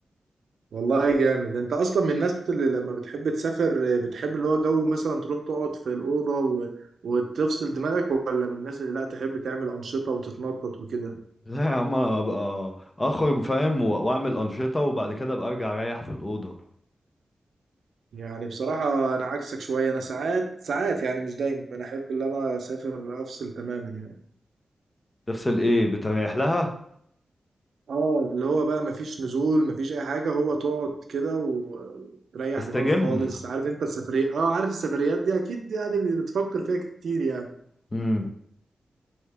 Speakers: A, on the right (about 70°); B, on the left (about 20°).
A: والله جامد انت اصلا من الناس اللي لما بتحب تسافر بتحب اللي هو جو مثلا تروح تقعد في الاوضه و... وتفصل دماغك ولا من الناس اللي لا تحب تعمل انشطه وتتنطط وكده
B: <laughs> لا يا عم أنا ابقى اخرج فاهم و... واعمل انشطه وبعد كده ابقى ارجع اريح في الاوضه
A: يعني بصراحه انا عكسك شويه انا ساعات ساعات يعني مش دايما انا احب ان انا اسافر افصل تماما يعني
B: تفصل ايه بتريح لها
A: اه اللي هو بقى مفيش نزول مفيش اي حاجه هو تقعد كده و- وتريح
B: تستجم
A: دماغك خالص عارف انت السفريه اه عارف السفريات دي اكيد يعني بتفكر فيها كتير يعني
B: <laughs> امم